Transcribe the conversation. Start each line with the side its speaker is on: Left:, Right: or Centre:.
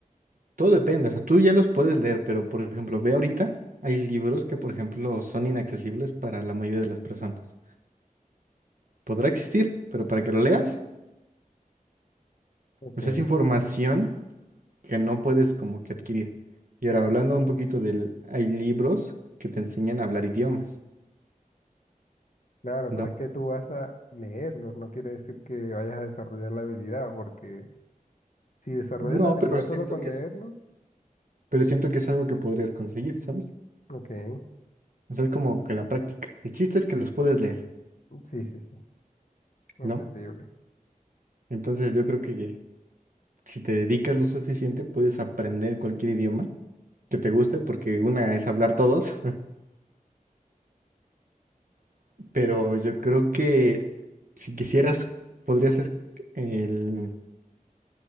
Right: todo depende. O sea, tú ya los puedes leer, pero por ejemplo, ve ahorita, hay libros que, por ejemplo, son inaccesibles para la mayoría de las personas. Podrá existir, pero para que lo leas,
Left: Ok,
Right: pues es información que no puedes como que adquirir. Y ahora hablando un poquito del, hay libros que te enseñan a hablar idiomas,
Left: claro,
Right: ¿no?
Left: pero es que tú vas a leerlos, no quiere decir que vayas a desarrollar la habilidad, porque si desarrollas
Right: No,
Left: la habilidad
Right: pero siento
Left: solo con
Right: que
Left: leerlo,
Right: es, pero siento que es algo que podrías conseguir, ¿sabes?
Left: ok,
Right: O sea, es como que la práctica. El chiste es que los puedes leer,
Left: sí, sí, sí, entendible.
Right: ¿no? Entonces yo creo que si te dedicas lo suficiente, puedes aprender cualquier idioma que te guste, porque una es hablar todos, <laughs> pero yo creo que si quisieras, podrías es- el-